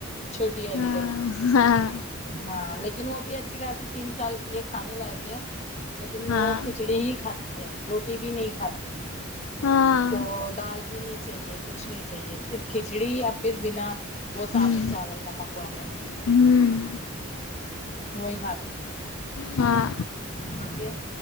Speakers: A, on the left; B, on the left.
A: چھوٹی والی
B: ہاں
A: لڑکی کی
B: ہاں
A: ہاں لیکن وہ بھی اچھی خاصی تین سال کی ہے کھانے لایک کے لیکن
B: ہاں
A: وہ کھچڑی ہی کھاتی ہے روٹی بھی نہیں کھاتی
B: ہاں
A: اس کو دال بھی نہیں چاہیے کچھ نہیں چاہیے صرف کھچڑی یا پھر بنا وہ سادے
B: ہ
A: چاول نمک والے
B: ہوں
A: وہی کھات
B: ہاں
A: چھوٹی ہے